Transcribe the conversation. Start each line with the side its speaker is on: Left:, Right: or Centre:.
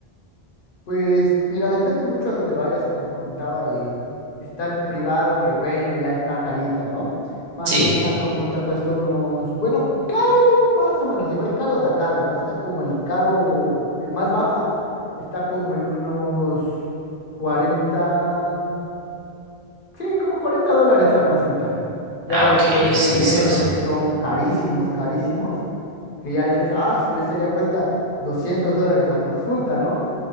Left: Pues mira, depende mucho a dónde vayas, como comentaba, eh, está el privado que bueno, ya está carito, ¿no? Más
Right: Sí.
Left: o menos una consulta cuesta unos, bueno, caro, más o menos, digo, hay caro da caro, ¿no? Está como el caro, el más bajo, está como en unos 40 sí, como 40 dólares la consulta. Ya
Right: Ah,
Left: después,
Right: ok,
Left: bueno,
Right: sí,
Left: vienen
Right: sí, bastante.
Left: los que son carísimos, carísimos, que ya dices, ah, su esa ya cuesta 200 dólares la consulta, ¿no?